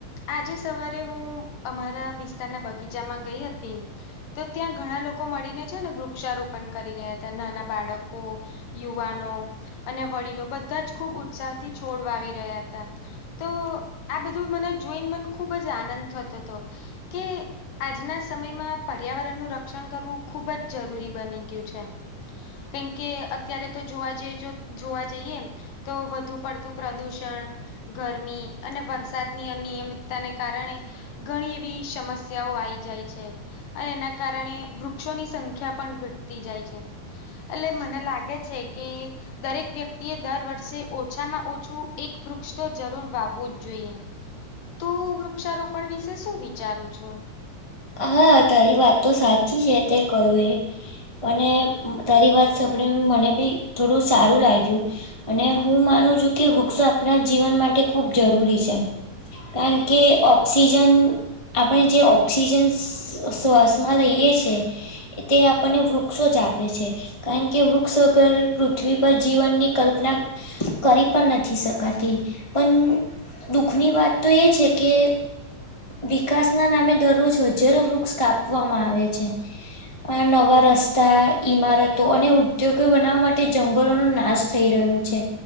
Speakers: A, on the left; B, on the left.
A: આજે સવારે હું અમારા વિસ્તારના બગીચામાં ગઈ હતી તો ત્યાં ઘણા લોકો મળીને છે ને વૃક્ષારોપણ કરી રહ્યા હતા નાના બાળકો યુવાનો અને વડીલો બધા જ ખુબ ઉત્સાહ થી છોડવા વાવી રહ્યા હતા તો આ બધું મને જોઈને મને ખુબ જ આનંદ થતો હતો કે આજના સમયમાં પર્યાવરણનું રક્ષણ કરવું ખૂબ જ જરૂરી બની ગયું છે. કેમ કે અત્યારે તો જોવા જઈએ જોવા જઈએ. તો વધુ પડતું પ્રદુષણ ગરમી અને વરસાદની અનિયમિતતાને કારણે ઘણી એવી સમસ્યાઓ આવી જાય છે. અને એના કારણે વૃક્ષોની સંખ્યા પણ ઘટતી જાય છે. એટલે મને લાગે છે કે દરેક વ્યક્તિ એ દર વર્ષે ઓછામાં ઓછું એક વૃક્ષ તો જરૂર વાવવું જ જોઈએ તો વૃક્ષારોપણ વિશે શું વિચારું છું
B: હા તારી વાત તો સાચી છે તે કયું એ અને તારી વાત સાંભળી મને બી થોડું સારું લાગ્યું અને હું માનું છું કે વૃક્ષ આપણા જીવન માટે ખુબ જરૂરી છે. કારણ કે ઓક્સિજન આપણે જે ઓક્સિજન શ્વાસ માં લઈએ છે તે આપણને વૃક્ષો જ આપે છે. કારણ કે વૃક્ષગર પૃથ્વી પર જીવનની કલ્પના કરી પણ નથી શકાતી પણ દુઃખની વાત તો એ છે કે વિકાસના નામે દરરોજજ જ્યારે વૃક્ષ કાપવામાં આવે છે આ નવા રસ્તા, ઈમારતો અને ઉદ્યોગો બનાવવા માટે જંગલોનો નાશ થઈ રહ્યો છે.